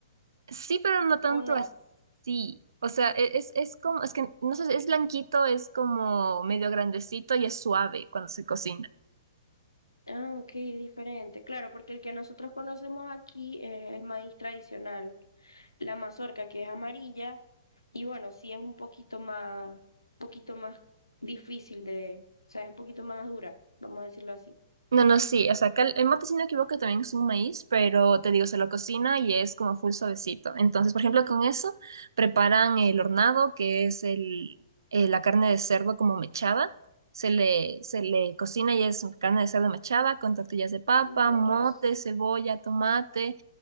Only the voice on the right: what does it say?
Sí, pero no tanto
así. O sea, e- es, es como, es que, no sé, es blanquito, es como medio grandecito y es suave cuando se cocina.
No, no, sí, o sea, acá el el mate, si no me equivoco, también es un maíz, pero te digo, se lo cocina y es como full suavecito. Entonces, por ejemplo, con eso preparan el hornado, que es el, eh, la carne de cerdo como mechada. Se le, se le cocina y es carne de cerdo mechada con tortillas de papa,
mote, cebolla, tomate.